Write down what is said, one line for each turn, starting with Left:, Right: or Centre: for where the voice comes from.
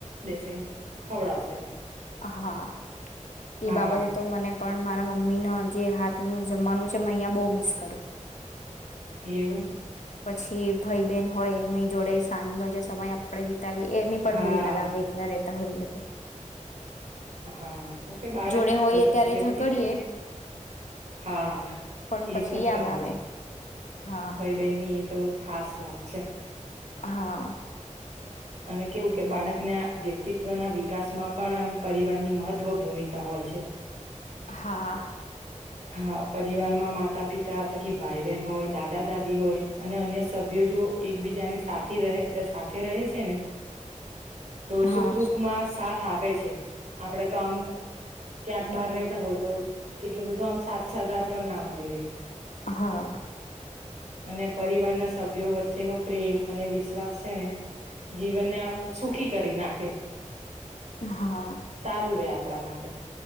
Right: દેશે ખવડાવશે
Left: હા એ
Right: હા
Left: બાબતે તો મને પણ મારા મમ્મી નો જે હાથનું જમવાનું છે મે અહિયાં બહ મિસ કરું
Right: એવું
Left: પછી ભઈબેન હોય એમની જોડે સાંજનો જે સમય આપડે વિ વિતાવીએ એની પણ
Right: હા
Left: બહુ યાદ આવે એકલા રહેતા હોઈએ તો
Right: હા. કેમકે બાળકના
Left: જોડે હોઈએ
Right: વ્યક્ત
Left: ત્યારે
Right: વ્યક્તિત્વના
Left: ઝઘડીએ
Right: હા
Left: પણ
Right: એ
Left: પછી
Right: તો ખરુંજ.
Left: યાદ આવે હા
Right: ભઈ બેનની એ તો ખાસ વાત છે.
Left: હા.
Right: અને કેવું કે બાળકના વ્યક્તિત્વના વિકાસમાં પણ આમ પરિવારની મહત્વ ભૂમિકા હોય છે.
Left: હા.
Right: હા પરિવારમાં માતા પિતા, પછી ભાઈ બહેન હોય, દાદા દાદી હોય અને અન્ય સભ્યો જો એકબીજાની સાથી રહે સાથે રહે છે ને, તો
Left: હા
Right: સુખ દુઃખ માં સાથ આપે છે. આપડે તો આમ ક્યાંક બહાર રેતા હોય. તો એટલું બધું આમ સાથ સહકાર પણ ના મલી રે
Left: હા
Right: અને પરિવારના સભ્યો વચ્ચેનો પ્રેમ અને વિશ્વાસ છે ને, જીવનને આમ સુખી કરી નાખે
Left: હા.
Right: સારું રે આપણા માટે.